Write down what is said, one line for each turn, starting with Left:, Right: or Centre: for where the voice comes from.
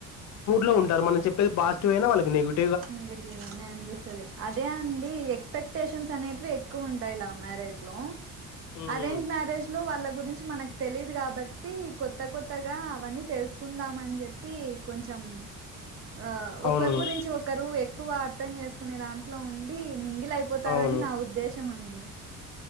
Left: లోంట మనం చెప్పే పాజిటివ్యినా వాళ్కి నెగిటివ
Right: నెగటివ్నే అనిపిస్తుది అదే అండి ఎక్స్పెక్టేషన్స్ అనేవి ఎకు ఉంటా లావ్ మేరేజ్ లో
Left: ఉమ్
Right: అరేంజ్ మ్యారేజ్ లో వాళ్ళ గురించి మనకు తెలిదు కాబట్టి టి కొత్త కొత్తగా అవన్నీ తెలుసుకుందాంని చెప్పి కొంచెం ఆ
Left: అవునవును
Right: ఒకరి గురించి ఒకరు ఎక్కువ అర్థం చేసుకునే దాంట్లో ఉ తీ మింగిలి అయిపోతారని
Left: అవును
Right: నా ఉద్దేశం అండి